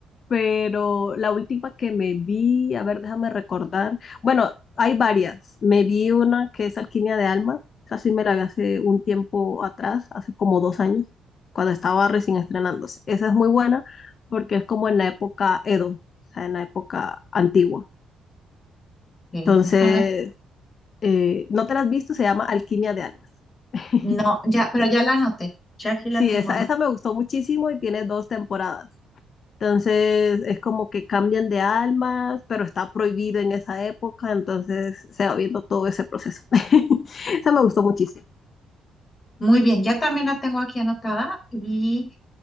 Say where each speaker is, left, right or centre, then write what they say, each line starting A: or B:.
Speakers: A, on the left; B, on the left.
A: pero la última que me vi, a ver, déjame recordar. Bueno, hay varias. Me vi una que es Alquimia de Almas. Esa sí me la vi hace un tiempo atrás, hace como dos años, cuando estaba recién estrenándose. Esa es muy buena porque es como en la época Edo, o sea, en la época antigua.
B: Eh,
A: Entonces,
B: déjame,
A: eh, ¿no te la has visto? Se llama Alquimia de Almas. <laughs>
B: no, ya, pero ya la anoté, ya aquí
A: Sí,
B: la tengo
A: esa,
B: anotada.
A: esa me gustó muchísimo y tiene dos temporadas. Entonces es como que cambian de almas, pero está prohibido en esa época, entonces se va viendo todo ese proceso. <laughs> Eso me gustó muchísimo.
B: Muy bien, ya también la tengo aquí anotada y